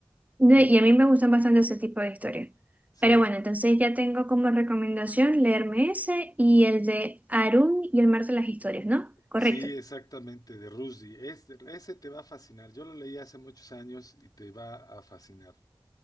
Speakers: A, on the right; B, on the left.
A: No,
B: Ujú.
A: y a mí me gustan bastante ese tipo de historias.
B: Sí,
A: Pero bueno, entonces ya tengo como recomendación leerme ese y el de Arun y el mar de las historias, ¿no? Correcto.
B: sí, exactamente, de Rushdie. Este- ese te va a fascinar. Yo lo leí hace muchos años y te va a fascinar,